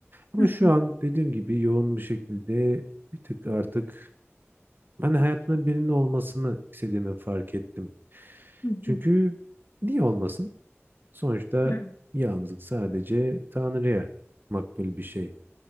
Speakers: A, on the right (about 45°); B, on the left (about 60°).
A: Ama
B: hı
A: şu an dediğim gibi yoğun bir şekilde bir tık artık ben hayatımda birinin olmasını istediğimi fark ettim.
B: hı,
A: Çünkü niye olmasın? Sonuçta
B: hı
A: yalnızlık sadece Tanrı'ya makbul bir şey.